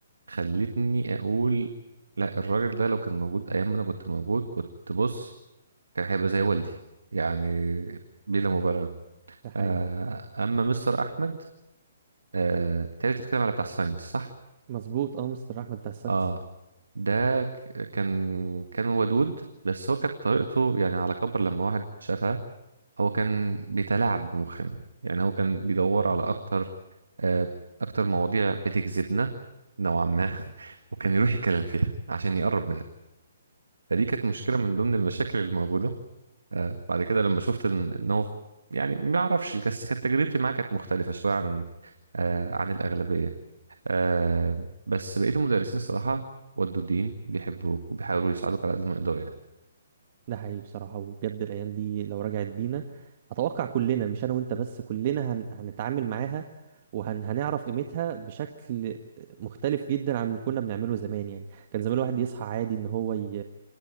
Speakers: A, on the right; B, on the right.
A: خلتني اقول لا الراجل ده لو كان موجود ايام ما انا كنت موجود كنت بص كان هيبقى زي والدي يعني بلا مبالغه
B: ده حقيقي
A: آه اما مستر احمد آه تالي بتتكلم على بتاع ساينس صح
B: مظبوط اه مستر احمد بتاع الساينس
A: اه ده ك- كان كان ودود بس هو كانت طريقته يعني على كبر لما واحد شافها هو كان بيتلاعب بمخنا يعني هو كان بيدور على اكتر آه اكتر مواضيع بتجذبنا نوعا ما <laughs> وكان يروح يتكلم فيها عشان يقرب منها فدي كانت مشكلة من ضمن المشاكل الموجودة آه، بعد كده لما شفت إن إن هو يعني ما أعرفش بس كانت تجربتي معاه كانت مختلفة شوية عن آه، عن الأغلبية آه، بس بقية المدرسين صراحة ودوا الدين بيحبوك وبيحاولوا يساعدوك على قد ما يقدروا يعني
B: ده حقيقي بصراحة وبجد الأيام دي لو رجعت بينا أتوقع كلنا مش أنا وأنت بس كلنا هن... هنتعامل معاها وهنعرف قيمتها بشكل مختلف جدا عن اللي كنا بنعمله زمان يعني كان زمان الواحد يصحى عادي إن هو ي...